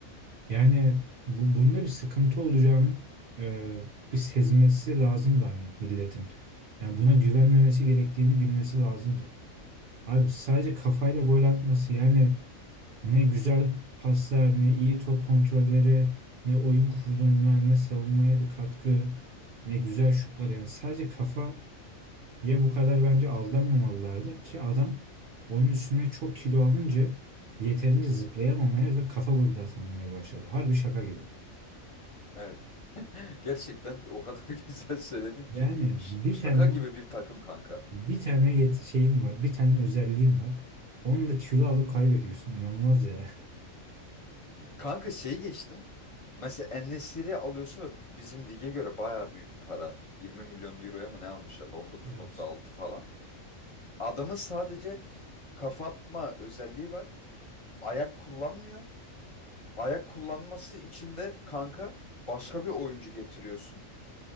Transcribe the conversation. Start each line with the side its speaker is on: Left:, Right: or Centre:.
Right: Yani bu, bunda bir sıkıntı olacağını e, bir sezmesi lazımdı hani milletin. Yani buna güvenmemesi gerektiğini bilmesi lazımdı. Abi sadece kafayla gol atması yani ne güzel paslar, ne iyi top kontrolleri, ne oyun kurulumuna, ne savunmaya bir katkı, ne güzel şutlar. Yani sadece kafa Ye bu kadar bence aldanmamalılardı ki adam onun üstüne çok kilo alınca yeterince zıplayamamaya ve kafa golü de atamamaya başladı. Harbi şaka gibi.
Left: Evet. <laughs> Gerçekten o kadar <laughs> güzel söyledin
Right: Yani
Left: ki ş-
Right: bir
Left: şaka
Right: tane
Left: gibi bir takım kanka.
Right: bir tane yet şeyin var, bir tane özelliğin var. Onu da kilo alıp kaybediyorsun. İnanılmaz ya.
Left: Kanka şeyi geçtim. Mesela en alıyorsun ve bizim lige göre baya büyük para. 20 milyon euroya mı ne almışlar? 19.6
Right: Evet.
Left: falan. Adamın sadece kafa atma özelliği var. Ayak kullanmıyor. Ayak kullanması için de kanka başka bir oyuncu getiriyorsun.